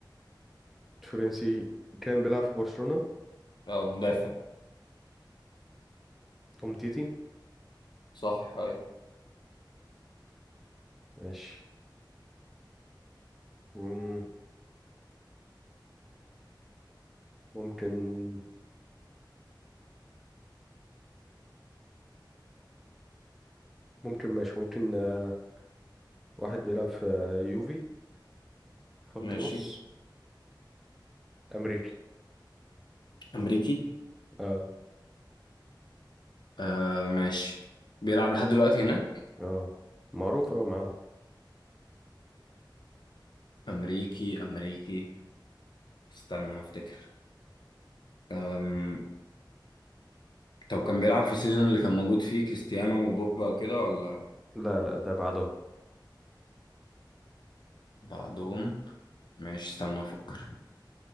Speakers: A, in the centre; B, on the left.
A: فرنسي كان بيلعب في برشلونة
B: اه مدافع
A: أومتيتي
B: صح ايوه
A: ماشي مم، ممكن ممكن ماشي ممكن آه، واحد بيلعب في يوفي خط
B: ماشي
A: نص أمريكي
B: أمريكي
A: اه
B: آه ماشي بيلعب لحد دلوقتي هناك
A: اه معروف أوي معاهم
B: أمريكي أمريكي استنى أفتكر أم... طب كان بيلعب في السيزون اللي كان موجود فيه كريستيانو وبوجبا وكده ولا
A: لا لا ده بعده
B: بعدهم ماشي استنى أفكر